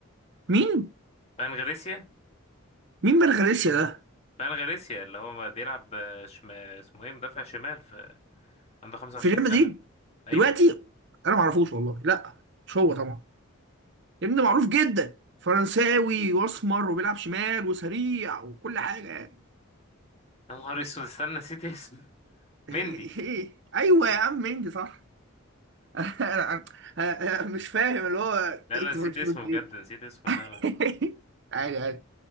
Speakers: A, on the right; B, on the left.
A: مين؟
B: فان غريسيا
A: مين من غاليسيا ده؟
B: فان غاريسيا اللي هو بيلعب شم... اسمه ايه مدافع شمال في عنده 25
A: في ريال
B: سنة
A: مدريد
B: ايوه
A: دلوقتي انا ما اعرفوش والله لا مش هو طبعا ابن معروف جدا فرنساوي واسمر وبيلعب شمال وسريع وكل حاجه
B: يا نهار اسود استنى نسيت اسمه
A: <laughs>
B: مندي
A: ايوه يا عم انجي صح <laughs> انا أنا- أنا مش فاهم اللي هو
B: لا
A: انت
B: لا نسيت
A: بتقول
B: اسمه
A: دي
B: بجد نسيت اسمه
A: <laughs>
B: لا لا
A: عادي عادي